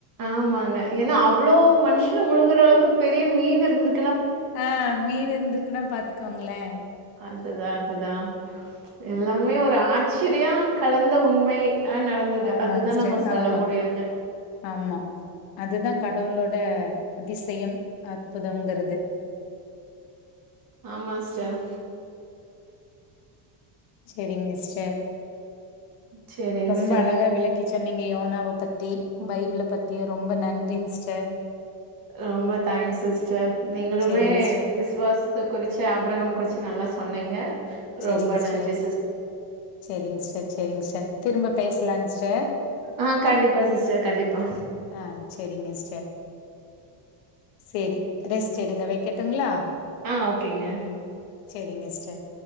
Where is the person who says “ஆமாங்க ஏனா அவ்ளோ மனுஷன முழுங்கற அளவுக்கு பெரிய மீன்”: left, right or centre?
Right